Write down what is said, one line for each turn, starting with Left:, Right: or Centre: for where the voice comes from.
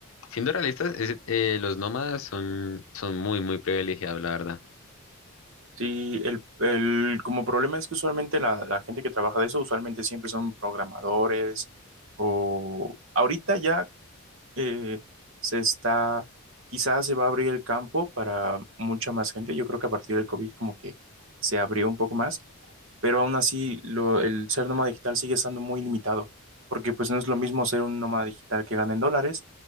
Left: siendo realistas, es- eh, los nómadas son, son muy, muy privilegiados, la verdad.
Right: Sí, el, el- como problema es que usualmente la, la gente que trabaja de eso, usualmente siempre son programadores o ahorita ya eh, se está, quizás se va a abrir el campo para mucha más gente. Yo creo que a partir del COVID como que se abrió un poco más, pero aún así lo- el ser nómada digital sigue estando muy limitado, porque pues no es lo mismo ser un nómada digital que gana en dólares